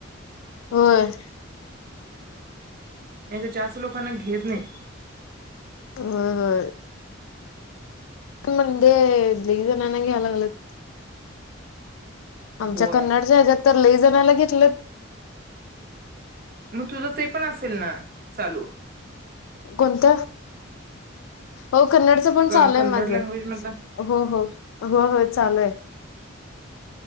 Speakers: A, on the left (about 80°); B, on the right (about 45°).
A: होय.
B: येथे जास्त लोकांना घेत नाही.
A: होय होय. तुम्ह ते लय जणांना घ्यायला. लेत. <unintelligible> आमच्या
B: होय
A: कन्नड च्या हेज्यात. तर लई जणाला घेतलं
B: मग तुझं ते पण असेल ना चालू
A: कोणत? हो कन्नडच पण
B: क
A: चालूय
B: कन्नड
A: माझ हो
B: लँग्वेज मधला
A: हो हो हो चालूय.